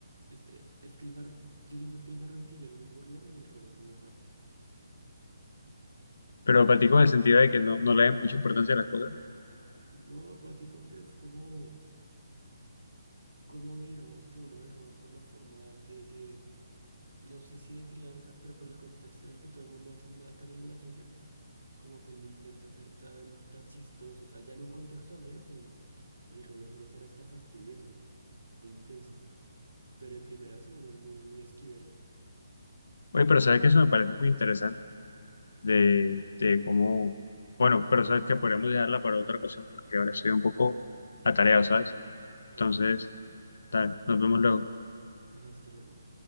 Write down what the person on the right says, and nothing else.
es, e- es que el bar, yo siento que el barranquillero es muy burlón y el rolo es muy apático.
Entonces,
No apático que es como, como digamos que uno de rolo por la forma de no sé si de crianza, pero por el contexto en el que todo el mundo anda tan en la suya, como que él no intenta ser tan, tan chistoso. O sea, ya en un contexto de amigos, el, el rolo suele ser hasta fastidioso e intenso. Pero de primerazo uno es muy, muy esquivero.
Ocupado. Dale,
dale, sí, tranquilo.
Dale, hasta luego.